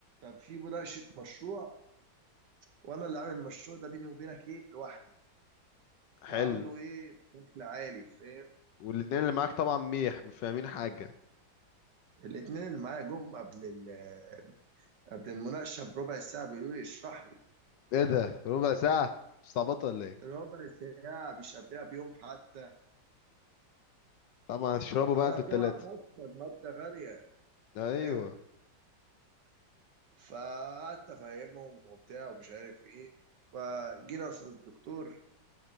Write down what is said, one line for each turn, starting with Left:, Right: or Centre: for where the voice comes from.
Right: في مناقشة مشروع وانا اللي عامل المشروع ده بيني وبينك ايه لوحدي
Left: حلو
Right: وعامله ايه بشكل عالي فاهم
Left: والاتنين اللي معاك طبعا ميح مش فاهمين حاجه
Right: الاتنين اللي معايا جم قبل ال- قبل المناقشة بربع ساعة بيقولوا لي اشرح لي
Left: ايه ده ربع ساعه مستعبط ولا ايه
Right: ربع ساعة مش قبلها بيوم حتى
Left: طبعا هتشربوا
Right: هو أنا
Left: بقى انتوا
Right: في
Left: التلاته
Right: جامعة خاصة المادة غالية
Left: ايوه
Right: فاهم فقعدت أفهمهم وبتاع ومش عارف إيه فجينا قصاد الدكتور